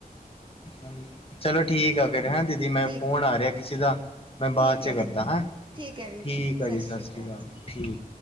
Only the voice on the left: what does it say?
ਹਾਂਜੀ, ਚਲੋ ਠੀਕ ਆ ਫਿਰ ਹੈਂ ਦੀਦੀ ਮੈਂ
ਫੋਨ ਆ ਰੇਆ ਕਿਸੀ ਦਾ। ਮੈਂ ਬਾਦ
ਚ
ਕਰਦਾ
ਹੈਂ,
ਠੀਕ
ਆ ਜੀ
ਸਾਸਰੀ
ਕਾਲ
ਠੀਕ।